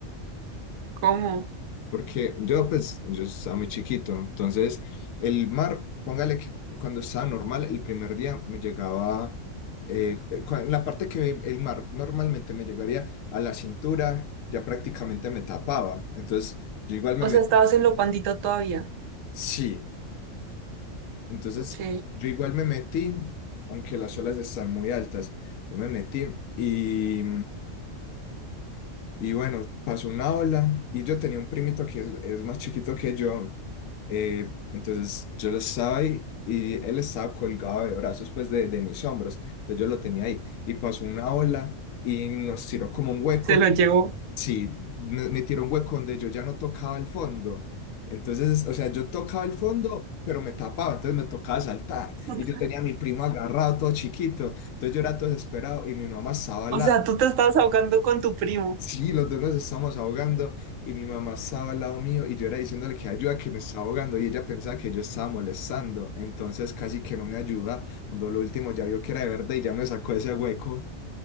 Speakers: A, on the right (about 80°); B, on the left (about 80°).
A: ¿Cómo?
B: Porque yo, pues, yo estaba muy chiquito. Entonces, el mar, póngale que cuando estaba normal, el primer día me llegaba, eh, cu- en la parte que el mar normalmente me llegaría a la cintura, ya prácticamente me tapaba. Entonces, yo igual me
A: O
B: metí.
A: sea, estabas en lo pandito todavía.
B: Sí, entonces,
A: Ok.
B: yo igual me metí, aunque las olas están muy altas, yo me metí y, y bueno, pasó una ola y yo tenía un primito que es es más chiquito que yo Eh, entonces yo lo estaba ahí y él estaba colgado de brazos, pues de, de mis hombros. Entonces yo lo tenía ahí y pasó una ola y nos tiró como un hueco.
A: Se lo llevó.
B: Sí, me, me tiró un hueco donde yo ya no tocaba el fondo. Entonces, o sea, yo tocaba el fondo, pero me tapaba, entonces me tocaba saltar.
A: <laughs>
B: Y yo tenía a mi primo agarrado, todo chiquito. Entonces yo era todo desesperado y mi mamá estaba al
A: O
B: lado.
A: sea, tú te estabas ahogando con tu primo.
B: Sí, los dos nos estamos ahogando y mi mamá estaba al lado mío y yo era diciéndole que ayuda, que me estaba ahogando y ella pensaba que yo estaba molestando, entonces casi que no me ayuda, cuando lo último ya vio que era de verdad y ya me sacó ese hueco